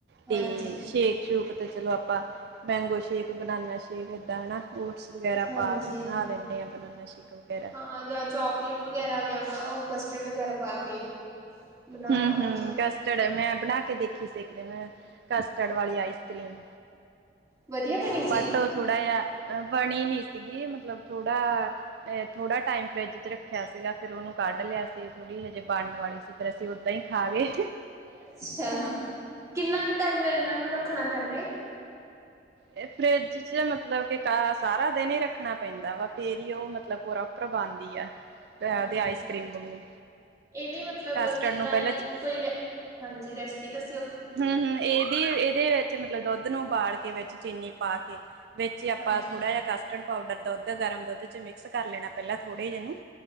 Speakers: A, on the right (about 20°); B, on the right (about 60°).
A: ਹਾਂਜੀ
B: ਤੇ ਸ਼ੇਕ ਸ਼ੂਕ ਤੇ ਚਲੋ ਆਪਾਂ ਮੈਂਗੋ ਸ਼ੇਕ ਬਨਾਨਾ ਸ਼ੇਕ ਏਦਾਂ ਹਨਾ ਓਟਸ ਵਗੈਰਾ
A: ਹਾਂਜੀ
B: ਪਾ ਕੇ ਬਣਾ ਲੈਂਦੇ ਆ ਬਨਾਨਾ ਸ਼ੇਕ ਵਗੈਰਾ
A: ਹਾਂ ਜਾਂ ਚੋਕਲੇਟ ਵਗੈਰਾ ਜਾਂ ਉਹ ਕਸਟਰਡ ਵਗੈਰਾ ਪਾ ਕੇ ਬਣਾਵਾਂਗੇ
B: ਹੂੰ ਹੂੰ ਕਸਟਰਡ ਮੈਂ ਬਣਾ ਕੇ ਦੇਖੀ ਸੀ ਇੱਕ ਦਿਨ ਕਸਟਰਡ ਵਾਲੀ ਆਈਸ ਕਰ੍ਰੀਮ
A: ਵਧੀਆ ਬਣੀ ਸੀ
B: ਬਟ ਥੋੜਾ ਜਿਹਾ ਬਣੀ ਨੀ ਸੀਗੀ ਮਤਲਬ ਥੋੜਾ ਥੋੜਾ ਟਾਈਮ ਫਰਿਜ ਚ ਰੱਖਿਆ ਸੀਗਾ ਫਿਰ ਉਹਨੂੰ ਕੱਢ ਲਿਆ ਸੀ ਥੋੜੀ ਹਜੇ ਬਣਨ ਵਾਲੀ ਸੀ। ਫਿਰ ਅਸੀਂ ਓਦਾਂ ਹੀ ਖਾਗੇ।
A: ਅੱਛਾ ਹਾਂ ਕਿੰਨਾ ਕੁ ਟਾਈਮ ਇਹਨਾਂ ਨੂੰ ਰੱਖਣਾ ਪੈਂਦਾ ਏ।
B: ਇਹ ਫਰਿੱਜ ਚ ਮਤਲਬ ਕਿ ਸਾਰਾ ਦਿਨ ਹੀ ਰੱਖਣਾ ਪੈਂਦਾ ਵਾ ਫੇਰ ਹੀ ਉਹ ਮਤਲਬ ਪ੍ਰਰੋਪਰ ਬਣਦੀ ਆ। ਉਹਦੇ
A: ਹਾਂਜੀ
B: ਆਈਸ ਕਰ੍ਰੀਮ ਵਾਂਗੂ
A: ਇਹਦੀ ਮਤਲਬ
B: ਕਸਟਰਡ
A: ਕਿੱਦਾਂ
B: ਨੂੰ ਪਹਿਲਾਂ
A: ਇਹਦੀ
B: ਚ
A: ਕੋਈ ਰੈਸਿਪੀ ਹਾਂਜੀ ਰੈਸਪੀ ਦੱਸਿਓ।
B: ਹੂੰ ਹੂੰ ਇਹਦੀ ਇਹਦੇ ਵਿੱਚ ਮਤਲਬ ਦੁੱਧ ਨੂੰ ਉਬਾਲ ਕੇ ਵਿੱਚ ਚੀਨੀ ਪਾ ਕੇ ਵਿੱਚ ਆਪਾਂ
A: ਹਾਂਜੀ
B: ਥੋੜਾ ਜਿਹਾ ਕਸਟਡ ਪਾਊਡਰ ਦੁੱਧ ਗਰਮ ਦੁੱਧ ਚ ਮਿਕਸ ਕਰ ਲੈਣਾ ਪਹਿਲਾਂ ਥੋੜੇ ਜੇ ਨੂੰ